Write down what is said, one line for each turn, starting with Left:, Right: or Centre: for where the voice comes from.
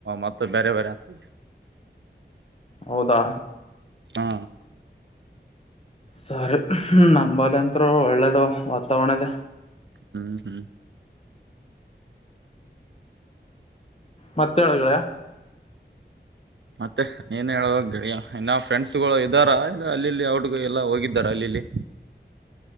Right: ಮತ್ತೆ ಬೇರೆ ಬೇರೆ ಹತ
Left: ಹೌದಾ
Right: ಹಾ
Left: ಸರಿ ನಂಬಲ್ ಅತ್ರು ಒಳ್ಳೇದು ವಾತಾವರಣದ
Right: ಹ್ಮ್ ಹ್ಮ್
Left: ಮತ್ತೆ ಆಳಗಳಾ
Right: ಮತ್ತೆ ಏನ್ ಹೇಳುವಾಗ ಗಡಿಯ ಇನ್ನ ಫ್ರೆಂಡ್ಸ್ಗಳು ಇದ್ದಾರ ಅಲ್ಲಿಲ್ಲಿ ಅವಔಟ್ಗ ಎಲ್ಲ ಹೋಗಿದ್ದಾರ ಅಲ್ಲಿಲ್ಲಿ